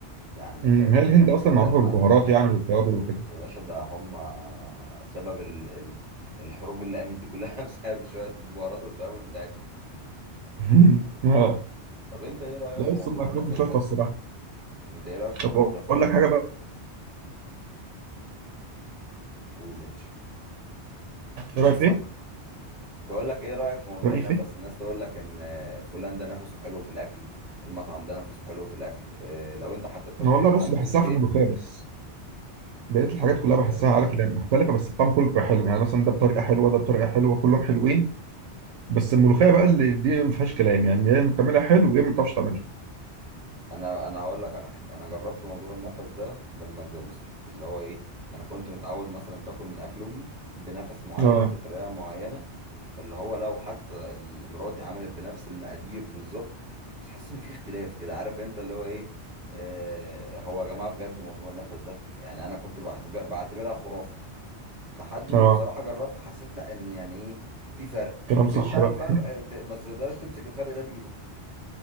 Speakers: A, on the right; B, on the right.
A: يعني الف...
B: امم
A: ال-
B: هي الهند
A: الفراخ
B: اصلا معروفه بالبهارات
A: عد...
B: يعني والتوابل وكده
A: يا باشا ده هم سبب ال... ال... الحروب اللي قامت دي كلها <laughs> بسبب شوية البهارات والتوابل بتاعتهم
B: <laughs> اه
A: طب انت ايه رأيك
B: لا
A: في
B: بس
A: موضوع
B: هم اكلهم
A: النفس
B: تحفه
A: ده
B: الصراحه
A: انت ايه رأيك في موضوع
B: طب
A: النفس ده
B: اقول لك
A: بقول
B: حاجه بقى
A: قول يا باشا قول
B: ايه رايك في
A: سامع
B: ايه
A: تقول لك ايه رأيك في موضوع
B: رايي
A: النفس
B: في
A: الناس تقول لك ان فلان ده نفسه حلو في الاكل المطعم ده نفسه حلو في الاكل اه، لو انت حتى بتاكل
B: والله
A: من حد
B: بص بحسها
A: في البيت
B: في الملوخيه بس بقيت الحاجات
A: في الملوخية
B: كلها بحسها
A: بس
B: عارف اللي مختلفه بس الطعم كله بيبقى حلو يعني مثلا ده بطريقه حلوه ده بطريقه حلوه كلهم حلوين بس الملوخيه بقى اللي دي ما فيهاش كلام يعني يا اما بتعملها حلو يا اما ما بتعرفش تعملها
A: انا انا هقول لك على حاجه انا جربت موضوع النفس ده لما اتجوزت اللي هو ايه انا كنت متعود مثلا باكل من اكل امي بنفس معين
B: اه
A: بطريقه معينه فاللي هو لو حتى ال- مراتي عملت بنفس المقادير بالظبط بس حاسس ان في اختلاف كده عارف انت اللي هو ايه آه هو يا جماعه بجد موضوع النفس ده يعني انا كنت بعتبر- بعتبرها خرافه لحد ما
B: اه
A: بصراحه جربت حسيت لا ان يعني ايه في فرق
B: كلام
A: فين
B: صح
A: بقى
B: بقى
A: الفرق آه، ت- بس ما تقدرش تمسك الفرق ده بايدك